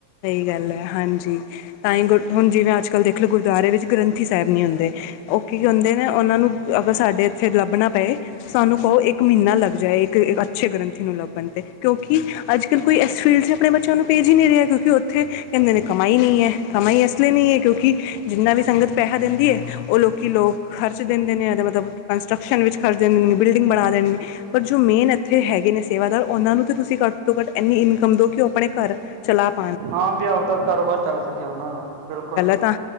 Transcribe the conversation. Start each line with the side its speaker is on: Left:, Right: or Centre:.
Left: ਸਈ ਗੱਲ ਐ ਹਾਂਜੀ ਤਾਂਈ ਗੁਰ ਜਿਵੇਂ ਹੁਨ ਅੱਜ-ਕੱਲ ਗੁਰਦੁਆਰੇ ਵਿੱਚ ਗ੍ਰੰਥੀ ਸੈਬ ਨੀ ਹੁੰਦੇ। ਓ ਕੀ ਕੈਂਦੇ ਨੇ ਓਨਾਂ ਨੂੰ ਅਗਰ ਸਾਡੇ ਏਥੇ ਲੱਬਨਾ ਪਏ ਸਾਨੂੰ ਕਓ ਇੱਕ ਮ੍ਹੀਨਾ ਲੱਗ ਜਾਏ ਇੱਕ ਕ ਅੱਛੇ ਗ੍ਰੰਥੀ ਨੂੰ ਲੱਬਨ ਤੇ ਕਿਓਂਕਿ ਅੱਜ-ਕੱਲ ਕੋਈ ਐਸ ਫ਼ੀਲਡ ਚ ਆਪਨੇ ਬੱਚੇਆਂ ਨੂੰ ਭੇਜ ਈ ਨੀ ਰਿਆ ਕੋਈ। ਤੇ ਓਥੇ ਕੈਂਦੇ ਨੇ ਕਮਾਈ ਨਈ ਐ ਕਮਾਈ ਏਸ ਲਈ ਨਈਂ ਐ ਕਿਓਂਕਿ ਜਿੰਨਾ ਵੀ ਸੰਗਤ ਪੈਸਾ ਦਿੰਦੀ ਏ ਓ ਲੋਕੀ ਲੋਕ ਖਰਚ ਦਿੰਦੇ ਨੇ ਏਦਾ ਮਤਲਬ ਕੰਸਟਰਕਸ਼ਨ ਵਿੱਚ ਖਰਚ ਦਿੰਦੇ ਨੇ ਬਿਲਡਿੰਗ ਬਨਾ ਦੇਨੇ ਨੇ। ਪਰ ਜੋ ਮੇਨ ਐਥੇ ਹੈਗੇ ਨੇ ਸੇਵਾਦਾਰ ਓਨਾਂ ਨੂੰ ਤੇ ਤੁਸੀਂ ਘੱਟ ਤੋਂ ਘੱਟ ਐਨੀ ਇਨਕਮ ਦਓ ਕੇ ਓ ਆਪਨੇ ਘਰ ਚਲਾ ਪ
Right: ਹਾਂ ਵੀ ਆਵਦਾ ਕਾਰੋਬਾਰ ਚੱਲ ਸਕੇ ਓਨਾਂ ਦਾ, ਬਿਲਕੁਲ।
Left: ਤਾਂ